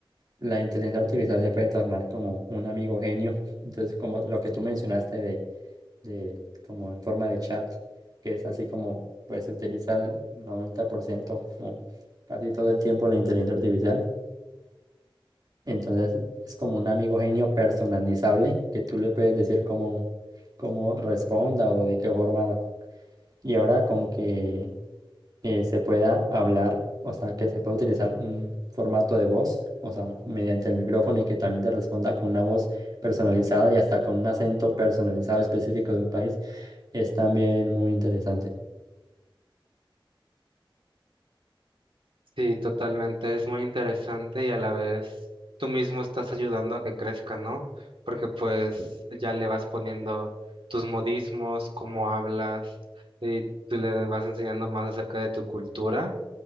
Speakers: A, on the right (about 50°); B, on the right (about 75°).
A: la inteligencia artificial se puede tornar como un amigo genio. <laughs> Entonces, como lo que tú mencionaste de, de como en forma de chat, que es así como pues se utiliza el 90% o casi todo el tiempo la inteligencia artificial. Entonces es como un amigo genio personalizable que tú le puedes decir cómo, cómo responda o de qué forma. Y ahora con que eh, se pueda hablar, o sea, que se pueda utilizar un formato de voz, o sea, mediante el micrófono y que también te responda con una voz personalizada y hasta con un acento personalizado específico de un país, es también muy interesante.
B: Sí, totalmente. Es muy interesante y a la vez tú mismo estás ayudando a que crezca, ¿no? Porque pues ya le vas poniendo tus modismos, cómo hablas y tú le vas enseñando más acerca de tu cultura